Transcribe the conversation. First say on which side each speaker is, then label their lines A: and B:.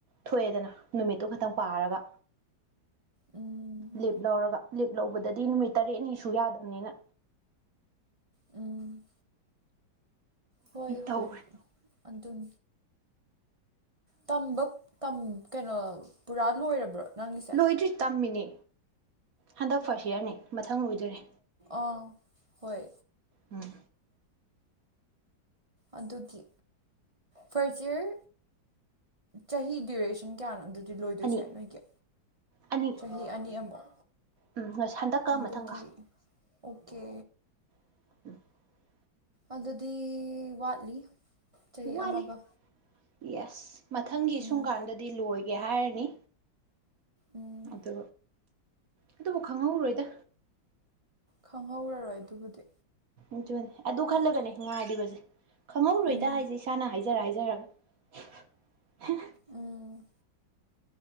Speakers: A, on the right; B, on the right.
A: ꯊꯣꯛꯑꯦꯗꯅꯥ ꯅꯨꯃꯤꯠꯇꯣ ꯈꯇꯪ ꯄꯥꯔꯒ
B: ꯎꯝ
A: ꯂꯤꯞ ꯂꯧꯔꯒ ꯂꯤꯞ ꯂꯧꯕꯗꯗꯤ ꯅꯨꯃꯤꯠ ꯇꯔꯦꯠꯅꯤ ꯁꯨ ꯌꯥꯗꯝꯅꯤꯅ
B: ꯎꯝ ꯍꯣꯏ ꯍꯣꯏ
A: ꯇꯧꯈ꯭ꯔꯦ
B: ꯑꯗꯨꯝ ꯇꯝꯕ ꯇꯝ ꯀꯩꯅꯣ ꯄꯨꯔꯥ ꯂꯣꯏꯔꯕ꯭ꯔꯣ ꯅꯪꯒꯤꯁꯦ
A: ꯂꯣꯏꯗ꯭ꯔꯤ ꯇꯝꯃꯤꯅꯦ ꯍꯟꯗꯛ ꯐꯥꯔꯁ ꯌꯔꯅꯦ ꯃꯊꯪ ꯂꯣꯏꯗꯣꯔꯦ
B: ꯑꯥ ꯍꯣꯏ
A: ꯎꯝ
B: ꯑꯗꯨꯒꯤ ꯐꯔꯁ ꯌꯔ ꯆꯍꯤ ꯗ꯭ꯌꯨꯔꯦꯁꯟ ꯀꯌꯥꯅꯣ ꯑꯗꯨ ꯖꯨ ꯂꯣꯏꯗꯨꯏꯁꯦ
A: ꯑꯅꯤ
B: ꯅꯣꯏꯒꯤ
A: ꯑꯅꯤ
B: ꯆꯍꯤ ꯑꯅꯤ ꯑꯃꯨꯛ
A: ꯎꯝ ꯉꯁꯤ ꯍꯟꯗꯛꯀ
B: ꯑꯗꯨꯒꯤ
A: ꯃꯊꯪꯒ
B: ꯑꯣꯀꯦ
A: <inaudible>
B: ꯑꯗꯨꯗꯤ ꯋꯥꯠꯂꯤ ꯆꯍꯤ
A: ꯋꯥꯠꯂꯤ
B: ꯑꯃꯒ
A: ꯌꯦꯁ ꯃꯊꯪꯒꯤ
B: ꯎꯝ
A: ꯁꯨꯡ ꯀꯥꯟꯗꯗꯤ ꯂꯣꯏ ꯒꯦ ꯍꯥꯏꯔꯅꯤ
B: ꯎꯝ
A: ꯑꯗꯨ ꯑꯗꯨꯕꯨ ꯈꯪꯍꯧꯔꯣꯏꯗ
B: ꯈꯪꯍꯧꯔꯔꯣꯏ ꯑꯗꯨꯕꯨꯗꯤ
A: ꯑꯗꯨꯅꯤ ꯑꯗꯨ ꯈꯜꯂꯒꯅꯦ ꯉꯥꯏꯔꯤꯕꯖꯦ ꯈꯪꯍꯧꯔꯣꯏꯗꯥ
B: ꯎꯝ
A: ꯍꯥꯏꯖꯦ ꯏꯁꯥꯅ ꯍꯥꯏꯖꯔ ꯍꯥꯏꯖꯔꯒ ꯍꯦ
B: ꯎꯝ